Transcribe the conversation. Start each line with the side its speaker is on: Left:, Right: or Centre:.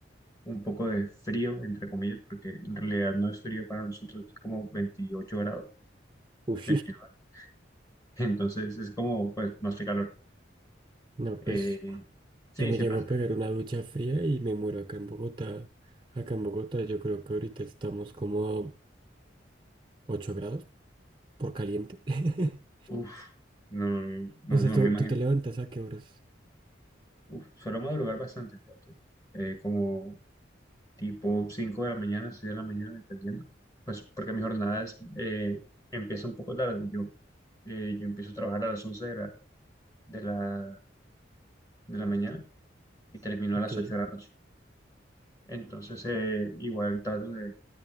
Left: un poco de frío, entre comillas, porque en realidad no es frío para nosotros, es como 28 grados,
Right: Uy,
Left: 29. <laughs> Entonces es como, pues, no hace calor.
Right: <laughs> no,
Left: Eh,
Right: pues
Left: sí,
Right: yo me
Left: siempre
Right: llego
Left: hace,
Right: a pegar una ducha fría y me muero acá en Bogotá. Acá en Bogotá yo creo que ahorita estamos como a 8 grados por caliente. <laughs>
Left: uff, no, no, no
Right: O sea,
Left: no
Right: ¿tú,
Left: me imagino.
Right: tú te levantas a qué horas?
Left: Uf, suelo madrugar bastante, ¿cierto? Eh, como tipo 5 de la mañana, 6 de la mañana, dependiendo. Pues porque mi jornada es, eh, empieza un poco tarde. Yo, eh, yo empiezo a trabajar a las 11 de la, de la, de la mañana y termino
Right: Ok,
Left: a las 8 de la noche. Entonces, eh, igual trato de